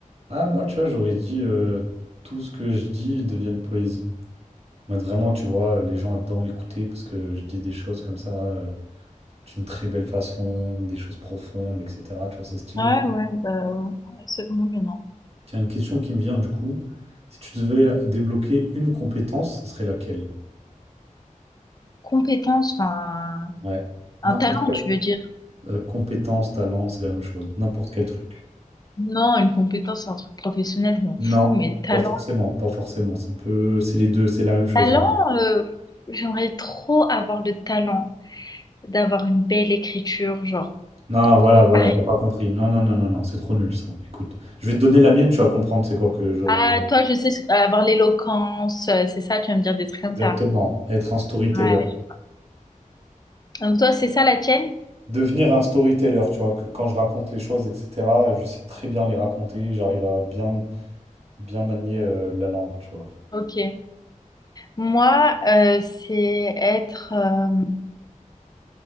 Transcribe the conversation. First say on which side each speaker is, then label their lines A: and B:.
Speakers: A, on the right; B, on the left.
A: Ah, moi, tu vois, j'aurais dit euh, tout ce que je dis devienne poésie. Moi, vraiment, tu vois, euh, les gens adorent m'écouter parce que je dis des choses comme ça euh, d'une très belle façon, des choses profondes, etc. Tu vois, c'est stylé.
B: ouais, ouais, bah, ouais, c'est vraiment bien, non.
A: Tiens, une question qui me vient du coup. Si tu devais débloquer une compétence, ce serait laquelle?
B: Compétence, enfin,
A: Ouais,
B: un
A: n'importe
B: talent, tu veux dire.
A: Euh, compétences, talents, c'est la même chose. N'importe quel truc.
B: Non, une compétence, c'est un truc professionnel, je m'en
A: Non,
B: fous, mais talent.
A: pas forcément, pas forcément. Ça peut, c'est les deux, c'est la même chose.
B: Talent,
A: en gros.
B: euh, j'aimerais trop avoir le talent d'avoir une belle écriture, genre.
A: Non, voilà, voilà,
B: arri-
A: t'as pas compris. Non, non, non, non, non, c'est trop nul ça. Écoute, je vais te donner la mienne, tu vas comprendre c'est quoi que je.
B: Ah, toi, je sais, ce- avoir l'éloquence, euh, c'est ça, tu vas me dire des trucs comme
A: Exactement,
B: ça.
A: être un storyteller.
B: Ouais. Donc toi, c'est ça la tienne?
A: Devenir un storyteller, tu vois, que quand je raconte les choses, etc., je sais très bien les raconter, j'arrive à bien, bien manier euh, la langue, tu vois.
B: Ok. Moi, euh, c'est être... euh,